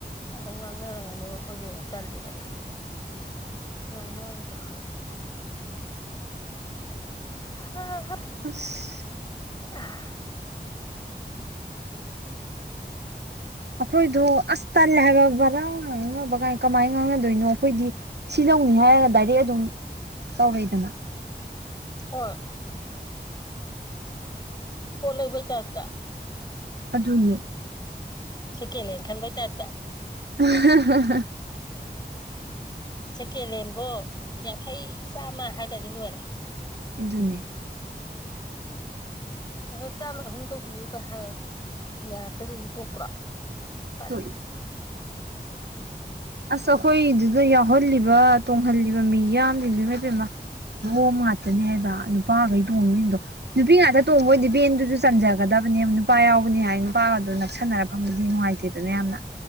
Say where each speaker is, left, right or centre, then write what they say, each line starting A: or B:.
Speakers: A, on the left; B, on the right.
A: ꯑꯗꯨꯝ ꯉꯥꯡꯅꯔꯝꯒꯅꯤꯕ ꯑꯈꯣꯏꯗꯤ ꯑꯃꯨꯛ ꯇꯜꯂꯤꯗꯅ ꯉꯥꯡꯅꯕꯗꯣ ꯍꯥ ꯍꯥ
B: ꯑꯁ
A: <unintelligible>
B: ꯑꯈꯣꯏꯗꯣ ꯑꯁ ꯇꯜꯂꯦ ꯍꯥꯏꯕ ꯚꯔꯥ ꯉꯥꯡꯅꯕ ꯀꯥꯏ ꯀꯃꯥꯏꯅ ꯉꯥꯡꯅꯗꯣꯏꯅꯣ ꯑꯈꯣꯏꯗꯤ ꯁꯤ ꯂꯧꯅꯤ ꯍꯥꯏꯔ ꯗꯥꯏꯔꯦꯛ ꯑꯗꯨꯝ ꯇꯧꯔꯛꯏꯗꯅ
A: ꯍꯣꯏ ꯄꯣꯠ ꯂꯩꯕꯩ ꯇꯥꯏꯞꯇ
B: ꯑꯗꯨꯅꯤ
A: ꯁꯦꯀꯦꯂꯦꯟ ꯈꯟꯕꯩ ꯇꯥꯏꯞꯇ
B: <unintelligible>
A: ꯁꯦꯀꯦꯟꯂꯦꯟꯕꯣ ꯌꯥꯡꯈꯩ ꯆꯥꯝꯃ ꯍꯥꯏꯒꯗꯤ ꯂꯣꯏꯔꯦ
B: ꯑꯗꯨꯅꯦ
A: ꯌꯥꯡꯈꯩ ꯆꯥꯝꯃꯒꯤ ꯑꯍꯨꯝ ꯇꯧꯕꯤꯌꯨꯒ ꯍꯥꯏ ꯌꯥꯔꯛꯇꯗꯤ ꯑꯗꯨꯝ ꯇꯣꯛꯇ꯭ꯔꯣ ꯎꯄꯥꯏ
B: ꯇꯣꯛꯏ
A: ꯂꯩꯇꯦ
B: ꯑꯁ ꯑꯈꯣꯏꯗꯨꯗ ꯌꯥꯎꯍꯜꯂꯤꯕ ꯇꯣꯡꯍꯜꯂꯤꯕ ꯃꯤꯌꯥꯝ ꯖꯤꯡꯗꯨ ꯏꯃꯥꯏꯄꯦꯝꯃ ꯑꯍꯣꯡꯕ ꯉꯥꯛꯇꯅꯦ ꯍꯥꯏꯕ ꯅꯨꯄꯥꯒꯩ ꯇꯣꯡꯉꯤꯖꯤꯡꯗꯣ ꯅꯨꯄꯤ ꯉꯥꯛꯇ ꯇꯣꯡꯕꯣꯏꯗꯤ ꯕꯦꯟꯗꯨꯖꯨ ꯆꯟꯖꯒꯗꯕꯅꯦꯕ ꯅꯨꯄꯥ ꯌꯥꯎꯕꯅꯤ ꯍꯥꯏ ꯅꯨꯄꯥꯒꯗꯨ ꯅꯛꯁꯟꯅꯔꯐꯝꯕꯗꯤ ꯅꯨꯡꯉꯥꯏꯇꯦ <unintelligible> ꯌꯥꯝꯅ